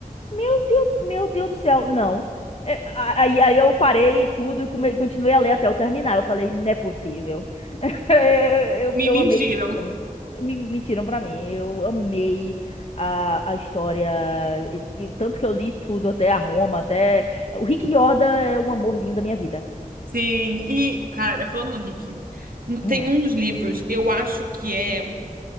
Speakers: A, on the left; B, on the right.
A: Meu Deus, meu Deus do céu, não. É, a- Aí, aí eu parei tudo e come- continuei a ler até eu terminar. Eu falei: Não é possível. <laughs> eu,
B: Me
A: eu
B: mentiram.
A: amei me mentiram pra mim. Eu amei a, a história. E, e tanto que eu li tudo, até a Roma, até. O Rick Riordan é um amorzinho da minha vida.
B: Sim, e, cara, falando no Rick, n-
A: Hum,
B: tem um dos livros, eu acho que é